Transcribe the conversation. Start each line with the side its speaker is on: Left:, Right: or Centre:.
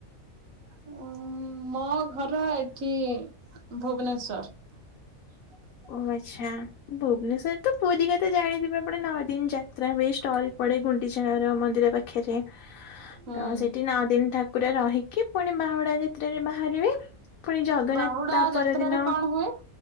Right: ହୁଁ ମୋ ଘର ଏଠି ଭୁବନେଶ୍ୱର ହ
Left: ଓ ଆଚ୍ଛା ଭୁବନେଶ୍ୱର ତ ପୁରି କଥା ତ ଜାଣିଥିବେ ଆପଣ ନଅ ଦିନ ଯାତ୍ରା ହୁଏ ଷ୍ଟଲ ପଡେ ଗୁଣ୍ଡି ର ମନ୍ଦିର ପାଖରେ
Right: ହୁଁ
Left: ତ ସେଠି ନଅ ଦିନ ଠାକୁର ରହିକି ପୁଣି ବାହୁଡା ଯାତ୍ରରେ ବାହାରିବେ ପୁଣି ଜଗନ୍ନାଥ
Right: ବାହୁଡା
Left: ତା
Right: ଯାତ୍ରାରେ
Left: ପରଦିନ
Right: କଣ ହୁଏ?